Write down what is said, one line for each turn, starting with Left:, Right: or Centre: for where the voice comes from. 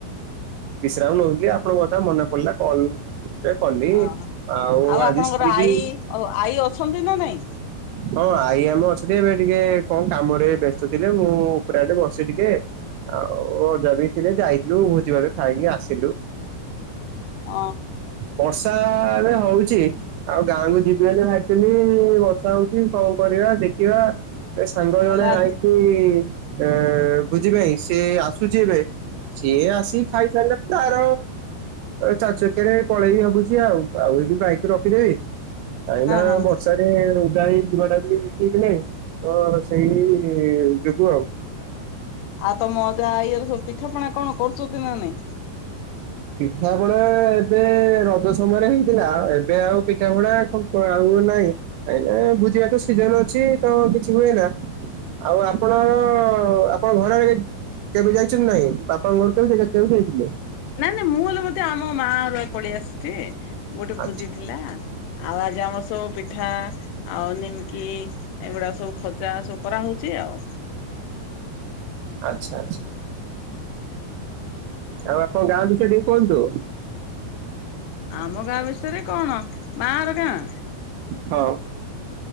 Right: ବିଶ୍ରାମ ନଉଥିଲି ଆପଣଙ୍କ କଥା ମନେ ପଡିଲା କଲ ଏ ପଲି
Left: ଓହୋ
Right: ଆଉ
Left: ଆପଣଙ୍କର
Right: ଆଜି ସାରିକି
Left: ଆଈ ଆଉ ଆଈ ଅଛନ୍ତି ନା ନାଇଁ
Right: ହଁ ଆଇ ଆମକ ଅଛନ୍ତି ଏବେ ଟିକେ କଣ କାମରେ ବ୍ୟସ୍ତ ଥିବେ ଆଉ ମୁଁ ଉପଟେ ବସେ ଟିକେ। ଆଉ ଜଗିଥିଲେ ଜାଇତୁ ଭୋଜି ଭାତ ଖାଇକି ଆସି ତୁ।
Left: ଅ।
Right: ବର୍ଷା ରେ ହଉଛି ଆଉ ଗାଁକୁ ଯିବି ଭାବିଥିଲି। ଷା ହଉଛି କଣ କରିବା ଦେଖିବା ଏ ସାଙ୍ଗ
Left: ହେଲା
Right: ଜଣେ
Left: ଆଜି
Right: ଆଇକି ଏ ଭୋଜି ପାଇ ସିଏ ଆସୁଛି ଏବେ ସିଏ ଆସିି ଖାଇସାରିଲା
Left: <inaudible>
Right: ତାର
Left: <unintelligible>
Right: ଚାରି ଚକିଆରେ ପଳେଇ ବି ଭବୁଛି ଆଉ ଆଉ ଏଇଠି ବାଇକ ରଖିଦେବି। କାଇଁନା
Left: ହଁ
Right: ବର୍ଷାରେ ଜାଣି ଯିବାଟା ବି ଠିକ ଥିଲେ ତ ସେଇ ଯୋଗୁ ଆଉ।
Left: ଆଉ ତମ ଅଜା ଆଈ ଘର ସବୁ ପିଠା ପଣା କଣ କରୁଛନ୍ତି। ନା ନାଇଁ
Right: ପିଠା ପଣା ଏବେ ରଜ ସମୟରେ ହେଇଥିଲା ଏବେ ଆଉ ପିଠା ପଣା <inaudible> ଆଉ ନାହିଁ। ନାଇଁ ନା ଭୋଜି ଭାତ ସିଜନ ଅଛି ତ କିଛି ହୁଏନା ଆଉ ଆପଣ ଆପଣ ଘରରେ କେବେ ଯାଇଛନ୍ତି ନାଇଁ ବାପାଙ୍କ ଘରକୁ କେଭେ ଯାଇଥିଲେ
Left: ନା-ନା ମୁଁ ହେଲେ ବଧେ ଆମ ମା ର ପଳେଇ ଆସୁଛି ଗୋଟେ
Right: ଆଚ୍ଛା
Left: ଭୋଜି ଥିଲା। ଆଉ ଆଜି ଆମର ସବୁପିଠା ଆଉ ନିମକି ଏଗୁଡ଼ା ସବୁ ଖଜା ସବୁ କରାହଉଛି ଆଉ,
Right: ଆଚ୍ଛା ଆଚ୍ଛା ଆଉ ଆପଣ ଗାଁଛ ଟିକେ କୁହନ୍ତୁ
Left: ଆମ ଗାଁ ବିଷୟରେ କଣ ମାର ଗାଁ,
Right: ହଁ